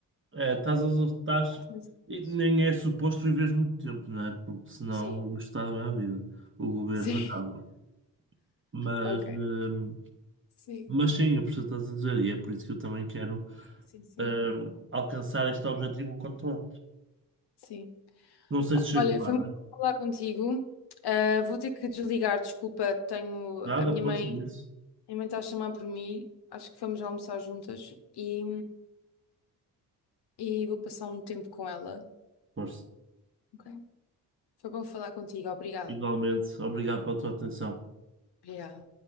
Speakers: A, on the right; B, on the left.
A: É, estás, a- estás,
B: Acho muito
A: e
B: difícil.
A: nem é suposto viveres muito tempo, não é? Porque senão
B: Sim,
A: o Estado é a vida, o governo
B: sim,
A: acaba. Mas,
B: <laughs> ok.
A: hum,
B: Sim,
A: mas sim, eu percebo o que estás a dizer, e é por isso que eu também quero,
B: sim, sim.
A: hum, alcançar este objetivo o quanto antes.
B: Sim.
A: Não sei se chego
B: Olha, foi
A: lá, não
B: muito
A: é?
B: bom falar contigo. Ah, vou ter que desligar, desculpa, tenho
A: Nada,
B: a minha
A: força
B: mãe
A: nisso.
B: Minha mãe está a chamar por mim, acho que vamos almoçar juntas e, e vou passar um tempo com ela.
A: Força.
B: Ok? Foi bom falar contigo, obrigada.
A: Igualmente, obrigado pela tua atenção.
B: Obrigada.